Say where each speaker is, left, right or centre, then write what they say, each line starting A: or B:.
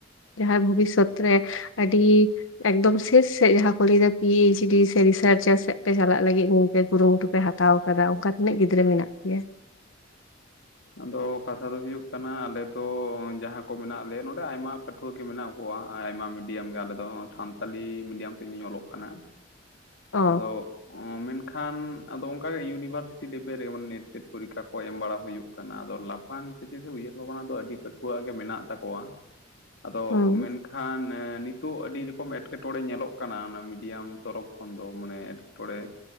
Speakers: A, on the left (about 85°); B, on the left (about 65°).
A: ᱡᱟᱦᱟᱸ ᱵᱷᱚᱵᱤᱥᱚᱛ ᱨᱮ ᱟᱹᱰᱤ ᱮᱠᱫᱚᱢ ᱥᱮᱥ ᱥᱮᱫ ᱡᱟᱦᱟᱸ ᱠᱚ ᱞᱟᱹᱭ ᱮᱫᱟ ᱯᱤ ᱮᱪ ᱰᱤ ᱥᱮ ᱨᱤᱥᱟᱨᱪᱟᱨ ᱥᱮᱫ ᱯᱮ ᱪᱟᱞᱟᱜ ᱞᱟᱹᱜᱤᱫ ᱱ ᱯᱮ ᱠᱩᱨᱩᱢᱩᱴᱩ ᱯᱮ ᱦᱟᱛᱟ ᱦᱟᱛᱟᱣ ᱟᱠᱟᱫᱟ ᱚᱱᱠᱟ ᱛᱤᱱᱟᱹᱜ ᱜᱤᱫᱽᱨᱟᱹ ᱢᱮᱱᱟᱜ ᱯᱮᱭᱟ
B: ᱟᱫᱚ ᱠᱟᱛᱷᱟ ᱫᱚ ᱦᱩᱭᱩᱜ ᱠᱟᱱᱟ ᱟᱞᱮ ᱛᱚ ᱡᱟᱦᱟᱸ ᱠᱚ ᱢᱮᱱᱟᱜ ᱞᱮᱭᱟ ᱱᱚᱰᱮ ᱟᱭᱢᱟ ᱯᱟᱹᱴ <unintelligible> ᱢᱮᱱᱟᱜ ᱠᱚᱣᱟ ᱟᱭᱢᱟ ᱢᱤᱰᱤᱭᱟᱢ ᱜᱮ ᱟᱞᱮᱫᱚ ᱥᱟᱱᱛᱟᱞᱤ ᱢᱤᱰᱤᱭᱟᱢ ᱛᱮ ᱤᱧᱩᱧ ᱚᱞᱚᱜ ᱠᱟᱱᱟ᱾
A: ᱚ
B: ᱟᱫᱚ ᱢᱮᱱᱠᱷᱟᱱ ᱟᱫᱚ ᱚᱱᱠᱟᱟᱜᱮ ᱤᱭᱩᱱᱤᱵᱷᱟᱨᱥᱤᱴᱤ ᱞᱮᱵᱮᱞ ᱨᱮ ᱢᱟᱱᱮ ᱱᱮᱴᱥᱴ ᱯᱚᱨᱤᱠᱷᱟ ᱠᱚ ᱮᱢ ᱵᱟᱲᱟ ᱦᱩᱭᱩᱜ ᱠᱟᱱᱟ ᱟᱫᱚ ᱞᱟᱯᱷᱟᱝ ᱥᱮᱪᱮᱫ ᱩᱭᱦᱟᱹᱨ ᱵᱷᱟᱵᱱᱟ ᱫᱚ ᱟᱹᱰᱤ ᱯᱟᱹᱴᱷᱩᱣᱟᱹ ᱟᱜ ᱜᱮ ᱢᱮᱱᱟᱜ ᱛᱟᱠᱚᱣᱟ᱾
A: <unintelligible>
B: ᱟᱫᱚ
A: ᱦᱩᱸ
B: ᱢᱮᱱᱠᱷᱟᱱ ᱱᱤᱛᱚᱜ ᱟᱹᱰᱤ ᱨᱚᱠᱚᱢ ᱮᱴᱠᱮᱴᱚᱬᱮ ᱧᱮᱞᱚᱜ ᱠᱟᱱᱟ ᱚᱱᱟ ᱢᱤᱰᱤᱭᱟᱢ ᱛᱚᱨᱚᱯᱷ ᱮᱚᱠᱷᱚᱱ ᱫᱚ ᱢᱟᱱᱮ ᱮᱴᱠᱮᱴᱚᱬᱮ